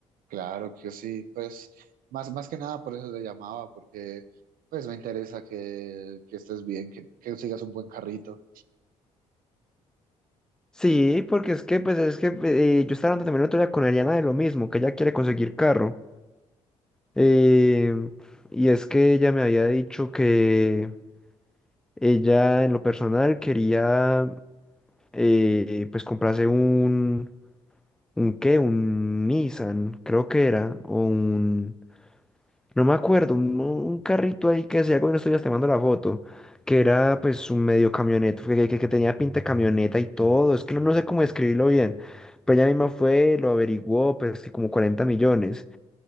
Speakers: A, on the right; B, in the centre.
A: Claro que sí, pues más, más que nada por eso te llamaba, porque pues me interesa que, que estés bien, que, que sigas un buen carrito.
B: Sí, porque es que pues es que eh, yo estaba hablando también el otro día con Eliana de lo mismo, que ella quiere conseguir carro. Eh, y es que ella me había dicho que ella en lo personal quería eh, pues comprarse un, un qué, un Nissan, creo que era, o un, no me acuerdo, un, un carrito ahí que se bueno, estoy ya te mando la foto, que era pues un medio camioneta, que, que, que tenía pinta de camioneta y todo, es que no, no sé cómo describirlo bien, pero ella misma fue, lo averiguó, pues que como 40 millones.